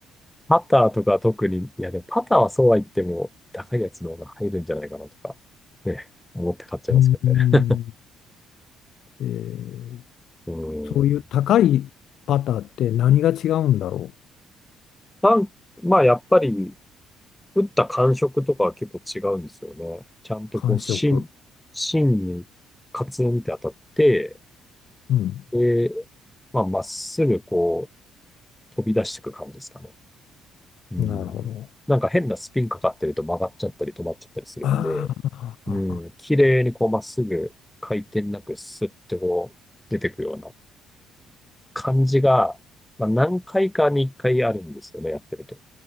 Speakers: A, in the centre; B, on the left.
A: パターとか特に、いやでもパターはそうは言っても高いやつの方が入るんじゃないかなとか、ね、思って買っちゃいますけどね。
B: うーん、えー
A: うん。
B: そういう高いパターって何が違うんだろう。
A: なん、まあやっぱり、打った感触とかは結構違うんですよね。ちゃんとこう、
B: 感触。
A: 芯、芯にカツンって当たって、
B: うん、
A: で、まあ、まっすぐこう、飛び出していく感じですかね。うん。
B: なるほど。
A: なんか変なスピンかかってると曲がっちゃったり止まっちゃったりするんで、
B: あ
A: うん。
B: あ
A: 綺麗にこう、まっすぐ回転なくスッてこう、出てくような感じが、まあ、何回かに1回あるんですよね、やってると。